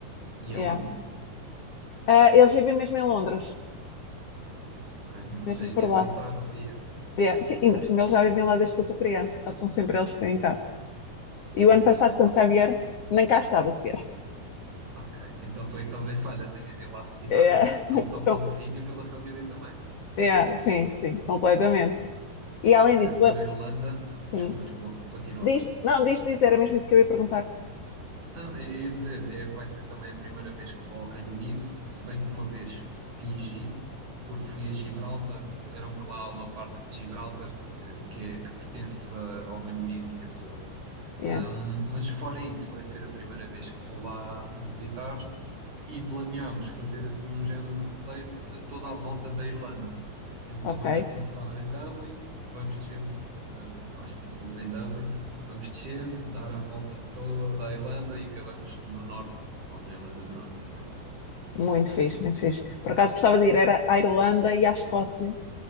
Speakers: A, on the right; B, on the left.
A: E
B: Yeah.
A: aonde?
B: Ah, eles vivem mesmo em Londres,
A: Ok, então
B: mesmo
A: tens
B: por
A: de ir visitar
B: lá.
A: um dia.
B: Yeah. Sim, ainda por cima eles já vivem lá desde que eu sou criança, só que são sempre eles que vêm cá. E
A: Pois,
B: o ano passado,
A: então.
B: quando cá vieram, nem cá estava sequer.
A: Ok, então tu é que estás em falha, tens de ir lá visitar,
B: Yeah.
A: não
B: <laughs>
A: só
B: Com-
A: pelo sítio, pela família também.
B: yeah, sim, sim, completamente. E além
A: Olha,
B: disso,
A: vou
B: pela-
A: à Irlanda.
B: sim,
A: Desculpa, desculpa, continua.
B: diz, não, diz dizer, era mesmo isso que eu ia perguntar.
A: Ah, eu ia dizer, é, vai ser também a primeira vez que vou ao Reino Unido, se bem que uma vez fingi, porque fui a Gibraltar e disseram-me que lá há uma parte de Gibraltar eh, que, é, que pertence ah, ao Reino Unido, penso eu.
B: Yeah.
A: Ahm, mas fora isso, vai ser a primeira vez que vou lá visitar e planeámos fazer assim um género de roteiro a toda a volta da Irlanda. Então
B: Ok,
A: vamos começar em Dublin, vamos descendo, eh, acho que começamos em Dublin, vamos descendo, dar a volta toda a Irlanda e acabamos no norte, ou na Irlanda do Norte, pronto.
B: muito fixe, muito fixe. Por acaso gostava de ir, era à Irlanda e à Escócia.